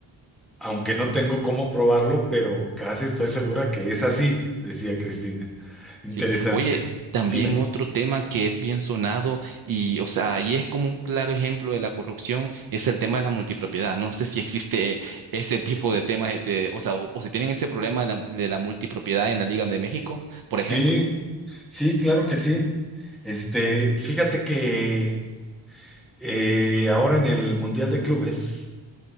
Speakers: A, in the centre; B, on the right (about 50°).
A: aunque no tengo cómo probarlo, pero casi estoy segura que es así, decía Cristina. Interesante.
B: Sí. Oye, también
A: Dime.
B: otro tema que es bien sonado y, o sea, ahí es como un claro ejemplo de la corrupción, es el tema de la multipropiedad. No sé si existe ese tipo de temas, de- de- o sea, o, o si tienen ese problema de la, de la multipropiedad en la Liga de México, por ejemplo.
A: Sí, sí, claro que sí. Este, fíjate que eh, ahora en el Mundial de Clubes,